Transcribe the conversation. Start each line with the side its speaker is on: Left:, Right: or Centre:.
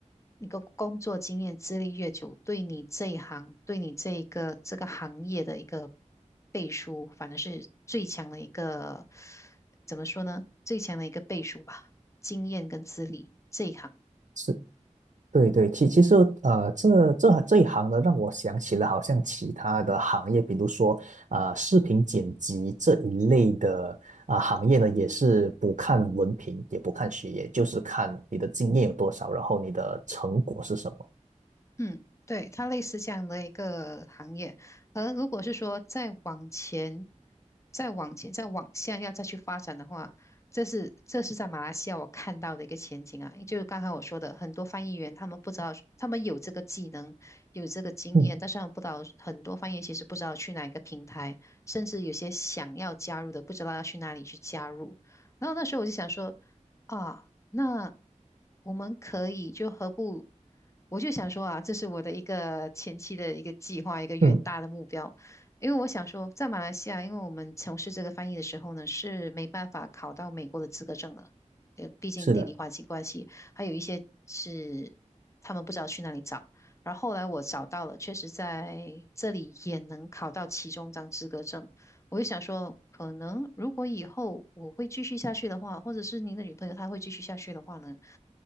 Left: 你的工作经验资历越久，对你这一行，对你这一个这个行业的一个背书，反而是最强的一个。怎么说呢？最强的一个倍数吧，经验跟资历这一行。
Right: 是。对对，其其实呃，这这这一行呢，让我想起了好像其他的行业，比如说呃，视频剪辑这一类的啊、呃行业呢，也是不看文凭，也不看学业，就是看你的经验有多少，然后你的成果是什么。
Left: 嗯，对，它类似这样的一个行业。而如果是说再往前、再往前、再往下要再去发展的话，这是这是在马来西亚我看到的一个前景啊。就是刚才我说的，很多翻译员他们不知道，他们有这个技能，有这个经验，
Right: 嗯，
Left: 但是他们不知道很多翻译员其实不知道去哪一个平台，甚至有些想要加入的不知道要去哪里去加入。然后那时候我就想说，啊，那我们可以就何不，我就想说啊，这是我的一个前期的一个计划，一个远大的目标。
Right: 嗯，
Left: 因为我想说，在马来西亚，因为我们从事这个翻译的时候呢，是没办法考到美国的资格证的，呃，毕竟地理环境关系，
Right: 是的。
Left: 还有一些是他们不知道去哪里找。然后后来我找到了，确实在这里也能考到其中一张资格证。我就想说，可能如果以后我会继续下去的话，或者是您的女朋友她会继续下去的话呢，